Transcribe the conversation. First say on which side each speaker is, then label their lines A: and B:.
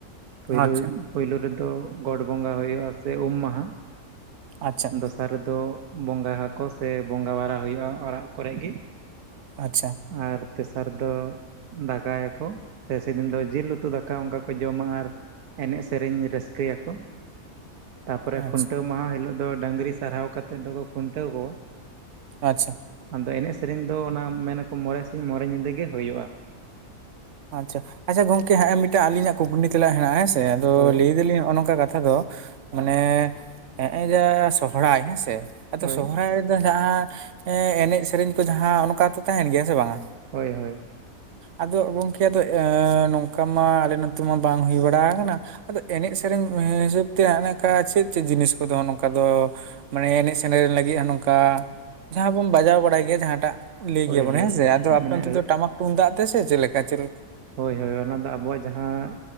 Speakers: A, on the right; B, on the right.
A: ᱯᱳᱭᱞᱳ
B: ᱟᱪᱪᱷᱟ
A: ᱯᱳᱭᱞᱳ ᱨᱮᱫᱚ ᱜᱚᱰ ᱵᱚᱸᱜᱟ ᱦᱩᱭᱩᱜ-ᱟ ᱥᱮ ᱩᱢ ᱢᱟᱦᱟᱸ,
B: ᱟᱪᱪᱷᱟ
A: ᱫᱚᱥᱟᱨ ᱨᱮᱫᱚ ᱵᱚᱸᱜᱟ ᱦᱟᱠᱚ ᱥᱮ ᱵᱚᱸᱜᱟ ᱵᱟᱲᱟ ᱦᱩᱭᱩᱜ-ᱟ ᱚᱲᱟᱜ ᱠᱚᱨᱮᱜ ᱜᱮ᱾
B: ᱟᱪᱪᱷᱟ᱾
A: ᱟᱨ ᱛᱮᱥᱟᱨ ᱫᱚ ᱫᱟᱠᱟᱭᱟᱠᱚ ᱥᱮ ᱥᱮᱫᱤᱱ ᱫᱚ ᱡᱤᱞ ᱩᱛᱩ ᱫᱟᱠᱟ ᱚᱱᱠᱟ ᱠᱚ ᱡᱚᱢᱟ ᱟᱨ ᱮᱱᱮᱡ ᱥᱮᱨᱮᱧ ᱨᱟᱹᱥᱠᱟᱹᱭ ᱟᱠᱚ᱾ ᱛᱟᱨᱯᱚᱨᱮ
B: ᱟᱪᱪᱷᱟ
A: ᱠᱷᱩᱱᱴᱟᱹᱣ ᱢᱟᱦᱟ ᱦᱤᱞᱳᱜ ᱫᱚ ᱰᱟᱹᱝᱨᱤ ᱥᱟᱨᱦᱟᱣ ᱠᱟᱛᱮᱫ ᱫᱚᱠᱚ ᱠᱷᱩᱱᱴᱟᱹᱣ ᱠᱚᱣᱟ᱾
B: ᱟᱪᱪᱷᱟ᱾
A: ᱟᱫᱚ ᱮᱱᱮᱡ ᱥᱮᱨᱮᱧ ᱫᱚ ᱚᱱᱟ ᱢᱮᱱᱟᱠᱚ ᱢᱚᱬᱮ ᱥᱤᱧ ᱢᱚᱬᱮ ᱧᱤᱫᱟᱹ ᱜᱮ ᱦᱩᱭᱩᱜ-ᱟ᱾
B: ᱟᱪᱪᱷᱟ, ᱟᱪᱪᱷᱟ ᱜᱚᱝᱠᱮ ᱦᱚᱸᱜ-ᱚ ᱢᱤᱫᱴᱟᱝ ᱟᱞᱤᱧᱟᱜ ᱠᱩᱠᱞᱤ ᱛᱮᱞᱟ ᱦᱮᱱᱟᱜ-ᱟ ᱦᱮᱸᱥᱮ ᱟᱫᱚ
A: ᱦᱳᱭ
B: ᱞᱟᱹᱭ ᱫᱟᱹᱞᱤᱧ ᱦᱚᱸᱜ-ᱚ ᱱᱚᱝᱠᱟ ᱠᱟᱛᱷᱟ ᱫᱚ᱾ ᱢᱟᱱᱮ ᱱᱮᱜ-ᱮ ᱡᱮ ᱥᱚᱦᱨᱟᱭ ᱦᱮᱸᱥᱮ, ᱟᱪᱪᱷᱟ
A: ᱦᱳᱭ
B: ᱥᱚᱦᱨᱟᱭ ᱨᱮ ᱡᱟᱦᱟᱸ ᱮᱸ, ᱮᱱᱮᱡ ᱥᱮᱨᱮᱧ ᱠᱚ ᱡᱟᱦᱟᱸ ᱚᱱᱠᱟᱛᱚ ᱛᱟᱸᱦᱮᱱ ᱜᱮᱭᱟ ᱥᱮ ᱵᱟᱝᱟ?
A: ᱦᱳᱭ ᱦᱳᱭ᱾
B: ᱟᱫᱚ ᱜᱚᱝᱠᱮ ᱟᱫᱚ ᱱᱚᱝᱠᱟ ᱢᱟ ᱟᱞᱮ ᱱᱚᱛᱮ ᱢᱟ ᱵᱟᱝ ᱦᱩᱭ ᱵᱟᱲᱟ ᱠᱟᱱᱟ᱾ ᱟᱫᱚ ᱮᱱᱮᱡ ᱥᱮᱨᱮᱧ ᱦᱤᱥᱟᱹᱵᱽ ᱛᱮ ᱚᱱᱮ ᱚᱝᱠᱟ ᱪᱮᱫ ᱪᱮᱫ ᱡᱤᱱᱤᱥ ᱠᱚᱫᱚ ᱱᱚᱝᱠᱟ ᱫᱚ? ᱢᱟᱱᱮ ᱮᱱᱮᱡ ᱥᱮᱨᱮᱧ ᱞᱟᱹᱜᱤᱫ ᱦᱚᱸ ᱱᱚᱝᱠᱟ ᱡᱟᱦᱟᱸ ᱵᱚᱱ ᱵᱟᱡᱟᱣ ᱵᱟᱲᱟᱭ ᱜᱮᱭᱟ ᱡᱟᱦᱟᱸᱴᱟᱜ᱾ ᱞᱟᱹᱭ
A: ᱦᱳᱭ
B: ᱜᱮᱭᱟ ᱵᱚᱱ
A: ᱦᱳᱭ
B: ᱦᱮᱸᱥᱮ ᱟᱫᱚ ᱟᱯᱮ
A: ᱢᱟᱱᱮ
B: ᱚᱱᱛᱮ ᱫᱚ ᱴᱟᱢᱟᱠ ᱛᱩᱢᱫᱟᱜ ᱛᱮ ᱥᱮ ᱪᱮᱫ ᱞᱮᱠᱟ ᱪᱮᱫ ᱞᱮ
A: ᱦᱳᱭ ᱦᱳᱭ ᱚᱱᱟ ᱫᱚ ᱟᱵᱚᱣᱟᱜ ᱡᱟᱦᱟᱸ